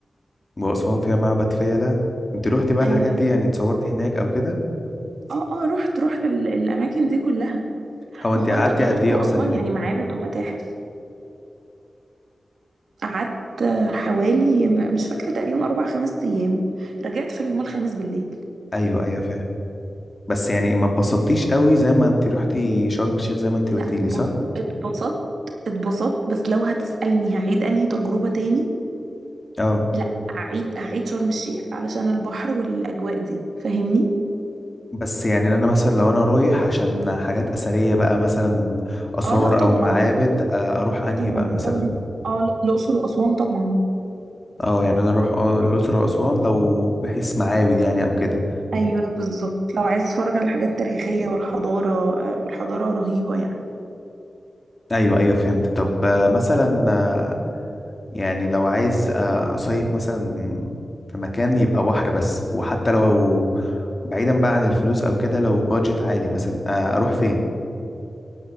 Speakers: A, on the left; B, on the right.
A: واسوان فيها معبد فيلة انت روحتي بقى
B: أيوه
A: الحاجات دي يعني اتصورتي هناك او كده
B: اه اه رحت رحت ال- الأماكن دي كلها
A: هو انت
B: ما
A: قعدتي
B: هو أنت الأقصر
A: قد ايه
B: وأسوان
A: اصلا هناك
B: يعني معابد ومتاحف قعدت حوالي م- مش فاكرة تقريبا أربع خمس أيام رجعت في اليوم الخامس بالليل
A: ايوه ايوه فاهم بس يعني ما اتبسطتيش قوي زي ما انت رحتي شرم الشيخ زي ما انت
B: لا
A: قلتي لي
B: بص
A: صح
B: اتبسطت اتبسطت بس لو هتسألني هعيد أنهي تجربة تاني
A: اه
B: لا هعيد هعيد شرم الشيخ علشان البحر والأجواء دي فاهمني؟
A: بس يعني انا مثلا لو انا رايح عشان حاجات اثريه بقى مثلا اثار
B: اه لا طبعا
A: او معابد
B: تبقى
A: آه، اروح انهي
B: طبعا
A: بقى مثلا
B: طبعا اه الأقصر وأسوان طبعا
A: اه يعني انا اروح آه، الاقصر واسوان لو بحيث معابد يعني او كده
B: ايوه بالظبط لو عايز تتفرج على الحاجات التاريخية والحضارة آه، والحضارة رهيبة يعني
A: ايوه ايوه فهمت طب آه، مثلا آه، يعني لو عايز آه، اصيف مثلا في مكان يبقى بحر بس وحتى لو بعيدا بقى عن الفلوس او كده لو بادجت عالي مثلا آه، اروح فين